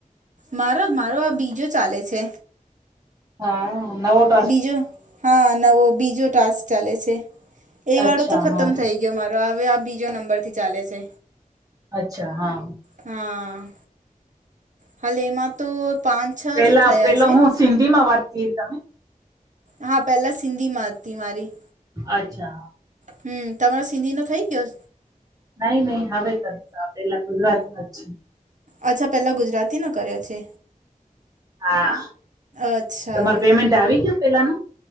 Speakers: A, on the right; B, on the right.
A: મારો મારો આ બીજો ચાલે છે.
B: હા નવ
A: બીજો હા નવો બીજો ટાસ્ક ચાલે છે એ વાળો
B: અચ્છા
A: તો ખતમ
B: હા
A: થઈ ગયો. મારો હવે આ બીજો નંબર થી ચાલે છે.
B: અચ્છા હા
A: હા હાલે એમાં તો પાંચ છ
B: પેલા
A: જ થયા
B: પેલો
A: છે
B: હું સિંધી માં વાત કરી તમે
A: હા પેલા સિંધીમા હતી મારી
B: અચ્છા
A: હમ તમારો સિંધી નો થઇ ગયો.
B: નહી નહી હવે કરશ આપેલા ગુજરાતમા જ
A: અચ્છા પેલા ગુજરાતી ન કર્યો છે.
B: હા
A: અચ્છા
B: તમાર પેમેન્ટ આવી ગયયો, પેલાનો